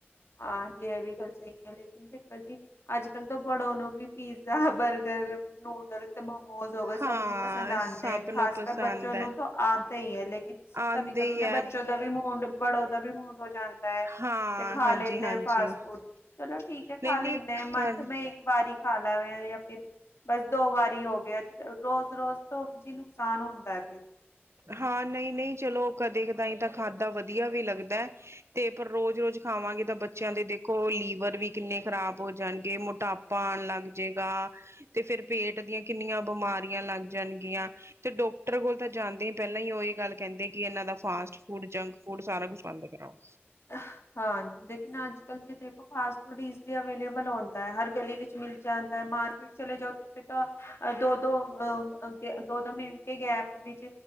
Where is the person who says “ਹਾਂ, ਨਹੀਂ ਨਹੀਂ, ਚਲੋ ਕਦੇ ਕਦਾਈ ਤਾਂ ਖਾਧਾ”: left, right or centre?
Right